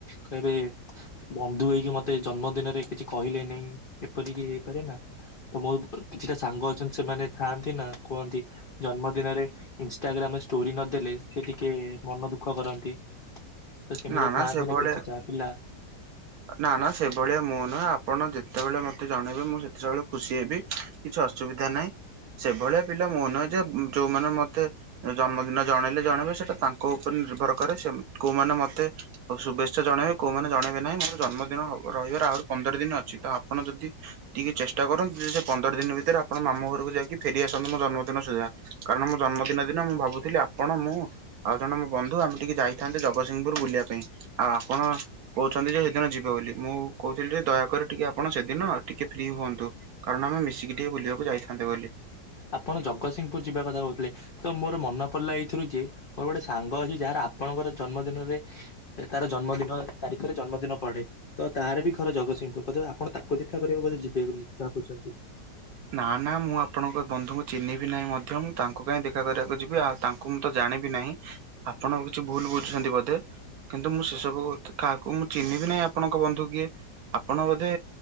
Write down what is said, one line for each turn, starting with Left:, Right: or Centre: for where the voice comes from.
Left: କହିବେ ସେ ବନ୍ଧୁ ହେଇକି ମତେ ଜନ୍ମଦିନରେ କିଛି କହିଲେନି ଏପରିକି ହେଇପାରେ ନା ଓ ମୋ କିଛିଟା ସାଙ୍ଗ ଅଛନ୍ତି ସେମାନେ ଥାଆନ୍ତି ନା କୁଅନ୍ତି ଜନ୍ମଦିନରେ ଇନଷ୍ଟାଗ୍ରାମ୍ ରେ ଷ୍ଟୋରି ନଦେଲେ ସେ ଟିକେ ମନ ଦୁଃଖ କରନ୍ତି। ତ ସେମିତିଆ
Right: ନା
Left: ଥାଆନ୍ତି
Right: ସେଭଳିଆ
Left: ନା କିଛିଟା ପିଲା।
Right: ନା ନା ସେ ଭଳିଆ ମୁଁ ନୁଅ ଆପଣ ଯେତେବେଳେ ମତେ ଜଣେଇବେ ମୁଁ ସେତେବେଳେ ଖୁସି ହେବି। କିଛି ଅସୁବିଧା ନାଇ ସେ ଭଳିଆ ପିଲା ମୁଁ ନୁଅ ଯେ ଯୋଉମାନେ ମତେ ଜନ୍ମଦିନ ଜଣେଇଲେ ଜଣେଇବେ ସେଟା ତାଙ୍କ ଉପରେ ନିର୍ଭର କରେ ସେମ୍ କୋଉ ମାନେ ମତେ ଆଉ ଶୁଭେଚ୍ଛା ଜଣେଇବେ କୋଉମାନେ ଜଣେଇବେ ନାହିଁ ମୋର ଜନ୍ମଦିନ ରହିବାର ଆହୁରି ପନ୍ଦର ଦିନ ଅଛି ତ ଆପଣ ଯଦି ଟିକେ ଚେଷ୍ଟା କରନ୍ତୁ ଯେ ସେ ପନ୍ଦର ଦିନ ଭିତରେ ଆପଣ ମାମୁଁ ଘରକୁ ଯାଇକି ଫେରିଆସନ୍ତୁ ମୋ ଜନ୍ମଦିନ ସୁଦ୍ଧା କାରଣ ମୋ ଜନ୍ମଦିନ ଦିନ ମୁଁ ଭାବୁଥିଲି ଆପଣ ମୁଁ ଆଉ ଜଣେ ମୋ ବନ୍ଧୁ ଆମେ ଟିକେ ଯାଇଥାନ୍ତେ ଜଗସିଂହପୁର ବୁଲିଆ ପାଇଁ ଆଉ ଆପଣ କହୁଛନ୍ତି ଯେ ଦିନ ଯିବ ବୋଲି ମୁଁ କହୁଥିଲି ଯେ ଦୟାକରି ଟିକେ ଆପଣ ସେଦିନ ଟିକେ ଫ୍ରି ହୁଅନ୍ତୁ। କାରଣ ଆମେ ମିଶିକି ଟିକେ ବୁଲିଆକୁ ଯାଇଥାନ୍ତେ ବୋଲି।
Left: ଆପଣ ଜଗସିଂପୁର୍ ଯିବା କଥା କହୁଥିଲେ ତ ମୋର ମନ ପଡ଼ିଲା ଏଇଥିରୁ ଯେ ମୋର ଗୋଟେ ସାଙ୍ଗ ଅଛି ଯାହାର ଆପଣଙ୍କର ଜନ୍ମଦିନରେ ଏ ତାର ଜନ୍ମଦିନ ତାରିଖରେ ଜନ୍ମଦିନ ପଡେ ତାର ବି ଘର ଜଗସିଂହପୁର୍ ବୋଧେ ଆପଣ ତାକୁ ଦେଖା କରିବାକୁ ବୋଧେ ଯିବେ ବୋଲି ଭାବୁଛନ୍ତି।
Right: ନା ନା ମୁଁ ଆପଣଙ୍କ ବନ୍ଧୁଙ୍କୁ ଚିହ୍ନିବି ନାହିଁ ମଧ୍ୟ ମୁଁ ତାଙ୍କୁ କାଇଁ ଦେଖା କରିବାକୁ ଯିବି ଆଉ ତା ଙ୍କୁ ତ ଜାଣିବି ନାହିଁ ଆପଣ କିଛି ଭୁଲୁ ବୁଝୁଛନ୍ତି ବୋଧେ। କିନ୍ତୁ ମୁଁ ସେ ସବୁ ତ୍ କାହାକୁ ମୁଁ ଚିହ୍ନିବି ନାଇ ଆପ୍ ପଣଙ୍କ ବନ୍ଧୁ କିଏ ଆପଣ ବୋଧେ